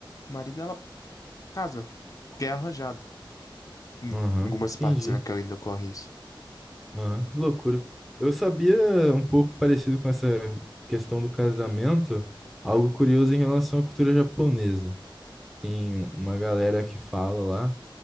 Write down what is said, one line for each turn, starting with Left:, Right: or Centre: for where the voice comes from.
Left: o marido, ela casa, porque é arranjado. Em
Centre: Aham.
Left: algumas
Centre: Entendi.
Left: partes, né, que ainda ocorre isso.
Centre: Aham. Que Loucura. Eu sabia um pouco parecido com essa questão do casamento, algo curioso em relação à cultura japonesa. Tem uma galera que fala lá.